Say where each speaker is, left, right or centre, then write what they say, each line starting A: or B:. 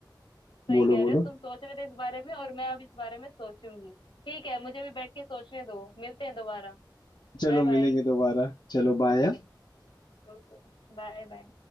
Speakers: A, on the left; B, on the left.
A: सही
B: बोलो
A: कह
B: बोलो
A: रहे हो तुम सोच रहे थे इस बारे में और मैं अब इस बारे में सोचूंगी ठीक है मुझे भी बैठ के सोचने दो मिलते हैं दोबारा
B: चलो
A: Bye bye
B: मिलेंगे दोबारा चलो बाय
A: Okay Bye bye